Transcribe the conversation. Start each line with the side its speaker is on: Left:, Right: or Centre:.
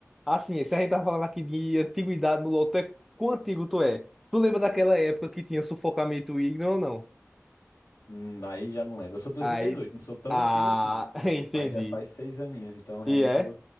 Centre: Assim, se a gente tá falando aqui de antiguidade no LoL, tu é... quão antigo tu é? Tu lembra daquela época que tinha sufocamento ígneo ou não?
Left: Hum, aí já não lembro. Eu sou de dois
Centre: Aí,
Left: mil e dezoito. não sou tão
Centre: ah,
Left: antigo assim.
Centre: <laughs> entendi.
Left: Mas já faz seis aninhos, então realmente
Centre: E é,
Left: eu